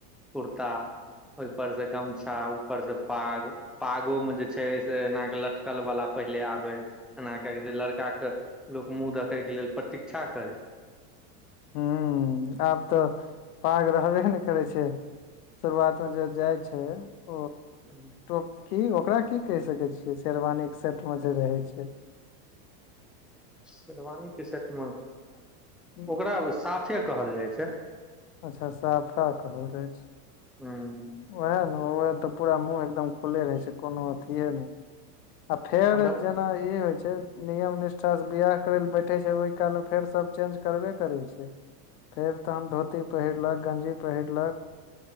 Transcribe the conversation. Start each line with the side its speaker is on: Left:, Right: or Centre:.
Centre: कुर्ता ओहिपर से गमछा ऊपर से पाग पागो मे जे छै से एना क लटकल वाला पहिले आबै एना क जे लड़काे लोक मुँह देखय के लेल प्रतीक्षा करै
Left: ह आब तऽ पाग रहबे नहि करै छै शुरुआतमे जे जाइ छै ओ
Centre: ह
Left: ओ की ओकरा की कहि सकै छियै शेरवानी के सेट में जे रहै छै
Centre: शेरवानीके सेटमे
Left: हूँ।
Centre: ओकरा साफे कहल जाइ छै
Left: अच्छा साफा कहल जाइ छै
Centre: हम्म
Left: ओएह ने ओह तऽ पूरा मुँह एकदम खुलले रहै छै कोनो अथिए नहि आ फेर
Centre: हमरा
Left: जेना ई होइ छै नियम निष्ठासँ बिआाह करय लए बैठै छै ओहि कालमे फेर सभ चेंज करबे करै छै फेर तहन धोती पहिरलक गञ्जी पहिरलक